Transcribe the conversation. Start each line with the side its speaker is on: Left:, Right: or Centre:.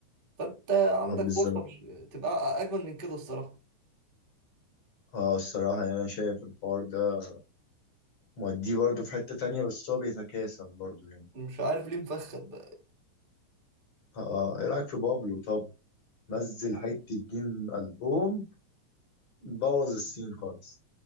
Right: فانت عندك
Left: اه بالظبط
Right: فرصة مش... تبقى اجمل من كده الصراحة
Left: اه الصراحه يعني انا شايف الحوار ده موديه برضه في حته تانية بس هو بيتكاسل برضه يعني
Right: مش عارف ليه مفخد بقى
Left: اه آه، ايه رايك في بابلو طب نزل حتة جيم ألبوم بوظ السين خالص